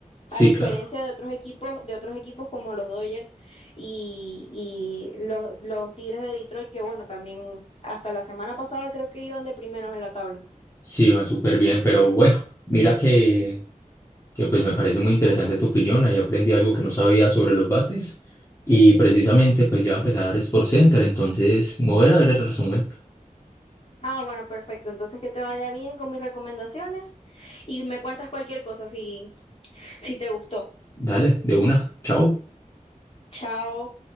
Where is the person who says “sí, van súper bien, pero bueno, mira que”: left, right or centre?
Left